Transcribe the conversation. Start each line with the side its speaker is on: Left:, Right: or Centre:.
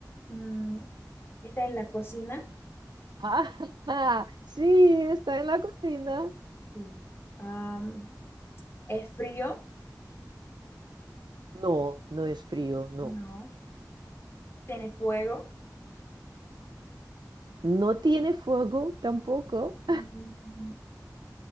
Left: Mm, está en la cocina.
Right: Ah, <laughs> sí, está en la cocina.
Left: Sí. Am, ¿es frío?
Right: No, no es frío, no.
Left: No. ¿Tiene fuego?
Right: No tiene fuego tampoco.
Left: Mm,